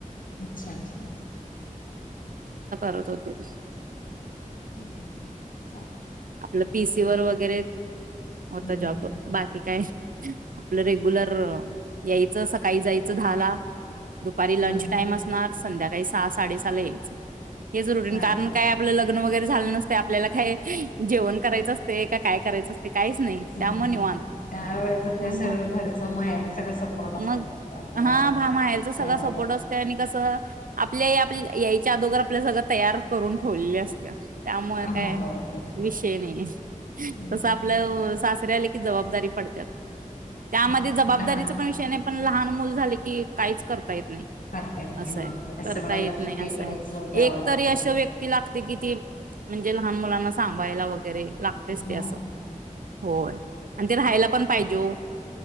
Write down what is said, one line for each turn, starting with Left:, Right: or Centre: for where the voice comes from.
Left: अच्छा अच्छा
Right: होत होते
Left: हम्म
Right: आपलं पीसीवरर वगैरे होता
Left: हं, हं,
Right: जॉब
Left: हं.
Right: बाकी काय आपलं रेग्युलर यायचं सकाळी जायचं दहा ला दुपारी
Left: हं,
Right: लंच
Left: हं.
Right: टाईम असणार संध्याका काही सहा साडे सहाला यायचं हे जरुरी
Left: अरे
Right: कारण
Left: बाप
Right: काय आपलं लग्न वगैरे झालं नसत आपल्याला काय जेवण करायचं असतय का काय करयच असतय
Left: हं.
Right: त्या मूळ निवांत
Left: त्यावेळेचं ते
Right: त्यामुळं
Left: सगळं घरचं माहेरचं सगळं सपोर्ट असतं
Right: मग
Left: ना त्यामुळं
Right: हा महेरचा सगळं
Left: काय वाटत
Right: सपोर्ट असतो आणि कस आपण आपल्या आई याईच्या अदोगर आपल्या सगळं तयार करून ठेवलेल्या असत त्यामुळे
Left: हो
Right: काय
Left: बरोबर.
Right: विषय नाही
Left: हं.
Right: तस आपलं सासरी इकड आलं, की जबाबदारी पडत्यात. त्यामध्ये
Left: अं,
Right: जबाबदारीचा
Left: लहान
Right: पण विषय नाही, पण लहान मुल झालं की कायच करता येत नाही
Left: करता येत
Right: अस
Left: नाही हो
Right: हाय,
Left: मग ते
Right: करता
Left: सगळं
Right: येत
Left: लक्ष
Right: नाही.
Left: तेकडेच
Right: अस हाय
Left: द्यावं
Right: एक
Left: लागतंय
Right: तरी असं व्यक्ती लाग ते किती म्हणजे लहान मुलांना सांभाळायला वगै वगैरे लागतेच
Left: हो
Right: ते अस होय. आणि ते राहायला पण पाहिजे ओ